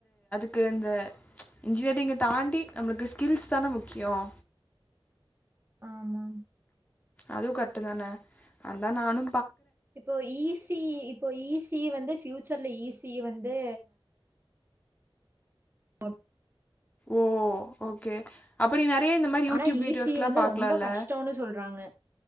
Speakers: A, on the left (about 15°); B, on the right (about 25°).
A: <inaudible> இன்ஜினியரிங் தண்டி நமக்கு ஸ்கில் தானே முக்கியம்
B: ஆமா
A: அதுவும் கரட் தானே அதான் நானு
B: இப்போ ஈஸி இப்போ ஈஸி வந்து பியூச்சர்ல ஈஸி ஈ வந்து <unintelligible>
A: ஓ ஓகே அப்படி நர் இப்பயே இந்த மாதிரி யூடியூப்
B: ஆனா
A: வீடியோஸ்ல்லா
B: ஈசி வந்து
A: பாக்கலால்ல
B: ரொம்ப கஷ்டோன்னு சொல்றாங்க